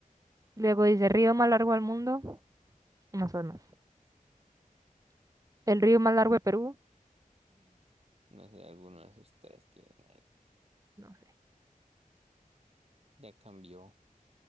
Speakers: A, on the right; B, on the right.
A: Luego dice río más largo del mundo. Amazonas. El río más largo de Perú.
B: no sé, alguno de esos tres que hay.
A: <laughs> no sé.
B: Ya cambió.